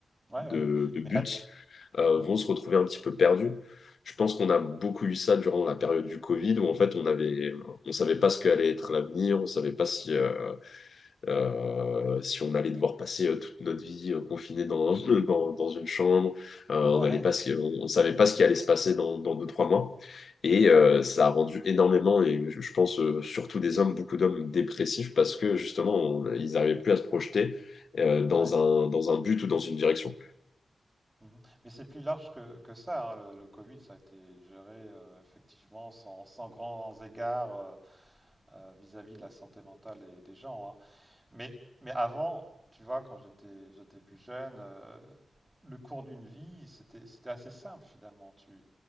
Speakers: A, on the right (about 25°); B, on the left (about 70°).
A: Ouais,
B: de,
A: ouais.
B: de but,
A: Mais là,
B: euh,
A: Mhm.
B: vont se retrouver un petit peu perdus. Je pense qu'on a beaucoup eu ça durant la période du Covid, où en fait on avait, on savait pas ce qu'allait être l'avenir, on savait pas si, euh, euh, si on allait devoir passer euh, toute notre vie euh, confiné dans, <laughs> dans, dans une chambre, euh,
A: ouais,
B: on allait pas, ce on, on savait pas ce qui allait se passer dans, dans deux, trois mois. Et euh,
A: ouais,
B: ça a rendu énormément, et je je pense euh, surtout des hommes, beaucoup d'hommes dépressifs parce que justement, on- ils n'arrivaient plus à se projeter euh, dans
A: ouais.
B: un, dans un but ou dans une direction.
A: Mhm. Mais c'est plus large que, que ça. hein. Le, le Covid, ça a été géré euh, effectivement sans, sans grands égards euh, euh, vis-à-vis de la santé mentale des, des gens. hein. Mais, mais avant, tu vois, quand j'étais, j'étais plus jeune, euh, le cours d'une vie, c'était, c'était assez simple finalement. Tu,